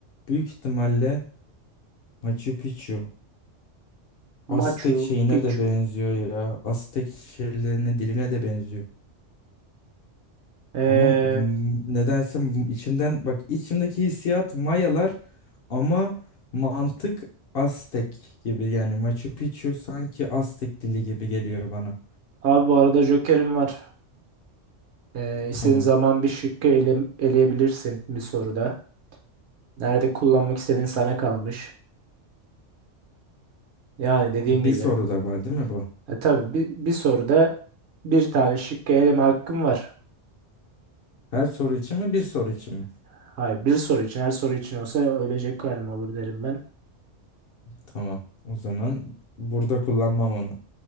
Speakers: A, on the left; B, on the right.
A: büyük ihtimalle Machu Picchu.
B: Machu
A: Aztek şeyine
B: Picchu.
A: de benziyor ya. Aztek şeylerine, diline de benziyor.
B: Ee,
A: Ama m- nedense m- içimden bak içimdeki hissiyat Mayalar ama mantık Aztek gibi yani Machu Picchu sanki Aztek dili gibi geliyor bana.
B: abi bu arada Joker'im var. Ee, istediğin
A: Tamam.
B: zaman bir şıkkı ele, eleyebilirsin bir soruda. Nerede kullanmak istediğin sana kalmış. Yani dediğim
A: Ya bir
B: gibi.
A: soru da var değil mi bu?
B: E, tabii bir, bir soruda bir tane şıkkı eleme hakkım var.
A: Her soru için mi bir soru için mi?
B: Hayır, bir soru için. Her soru için olsa ölecek kadar mı olur derim ben.
A: Tamam. O zaman burada kullanmam onu.